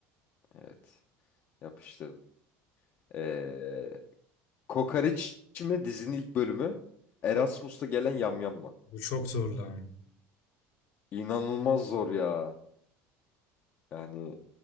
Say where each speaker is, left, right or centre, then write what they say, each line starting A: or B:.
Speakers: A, on the left; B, on the left.
A: Evet. Yapıştırdım. Ee, Kokoreç mi dizinin ilk bölümü? Erasmus'ta gelen yamyam mı?
B: Bu çok zor lan.
A: İnanılmaz zor ya. Yani